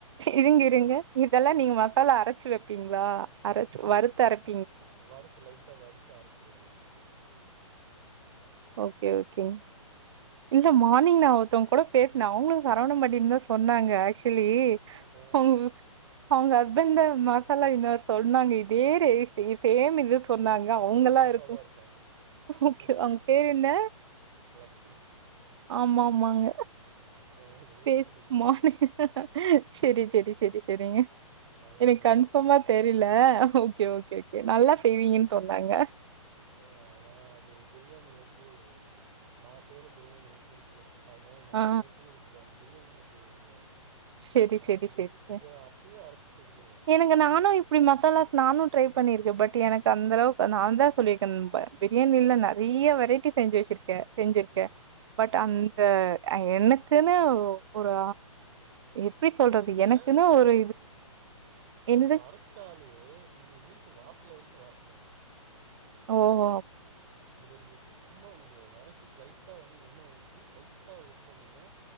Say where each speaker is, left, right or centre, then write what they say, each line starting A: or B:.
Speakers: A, on the right; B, on the right.
A: இருங்க
B: இதெல்லா
A: இருங்க இதெல்லா
B: ம்
A: நீங்க மசாலா அரைச்சு வப்பீங்களா அரச் வறுத்து அரப்
B: வறுத்து லைட்டா வறுத் து அரைச்சிடுவே
A: ஓகே ஓகேங்க இல்ல மார்னிங்
B: ஏ
A: நான் ஒருத்தவங்க கூட பேசினேன் அவங்களும் சரவண பண்டின்னு தான் சொன்னாங்க ஆக்சுவலி
B: ஆ
A: <unintelligible> அவங்க ஹஸ்பண்ட் மசாலா என்ன சொன்னாங்க இதே ரேஞ்ச் இத சேம் இதையே சொன்னாங்க
B: அப்ப
A: அவுங்காலா
B: எங்க ஒய்ஃபா
A: இருக்கும்
B: தா இருப்பாங்க
A: ஓகே
B: எங்க ஒய்ஃப்
A: பேரு
B: தா
A: என்ன
B: லக்ஷ்மி
A: ஆமா ஆமாங்க
B: ஆ என்னையதா
A: பே
B: சொல்லியிருக்கிறாங்க
A: ம சரி சரி சரி சரி சரிங்க
B: அவங்க
A: எனக்கு
B: எங்க
A: கன்ஃபார்மா
B: ஒய்ஃப் தா
A: தெரியல ஓகே ஓகே நல்லா செய்வீங்கன்னு சொன்னாங்க
B: ஆ நான் அது பிரியாணி வந்து நான் செய்கிற பிரியாணி உங்களுக்கு பிடிக்கும் அதனால நான்
A: ஆ
B: என்ன செய்ய விட்டுருவாங்க பிரியாணி செய்ய விட்டுருவாங்க
A: சரி
B: நா
A: சரி
B: இது
A: சரி சரி
B: இத அப்பயே அரைச்சு செஞ்சிருவே
A: ஏன்னுங்க
B: இது
A: நானும் இப்படி மசாலா நானும் ட்ரை பண்ணியிருக்க பட் எனக்கு அந்த அளவுக்கு நான் தான் சொல்லியிருக்கேன் பிரியாணில நிறைய வெரைட்டி செஞ்சு வச்சிருக்கேன் செஞ்சிருக்கே
B: ம் ம்
A: பட் அந்த எனக்குன்னு ஒரு எப்டி சொல்றது
B: இது நீங்க
A: எனக்குன்னு
B: இது
A: ஒரு என்னது
B: இது அரச்சாலே நீங்க வீட்டு வாசல் வரைக்கும் வாச
A: ஓஹோ
B: இத நீங்க ச சும்மா நீங்க வெளக்கிட்டு லைட்டா வந்து என்ண ஊத்தி லைட்டா இது பண்ணீங்கன்னா